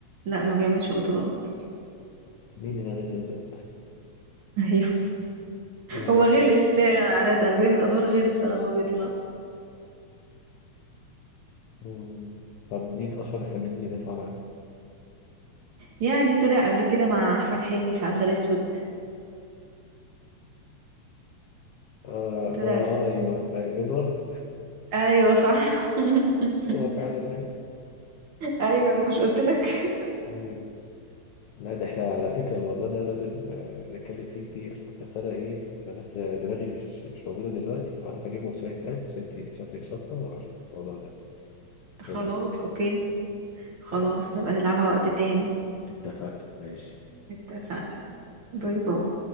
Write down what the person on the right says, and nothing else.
لا ما بيعملش بطولات
<laughs> ايوه
هو غلس فعلا عادة بيعمل ادوار غلسة لما بيطلع
يعني طلع قبل كده مع احمد حلمي في عسل اسود
طلع في
ايوه صح <laughs>
ايوه مش قلت لك <laughs>
خلاص
اوكي خلاص
نبقى نلعبها وقت تاني
اتفقنا باي
باي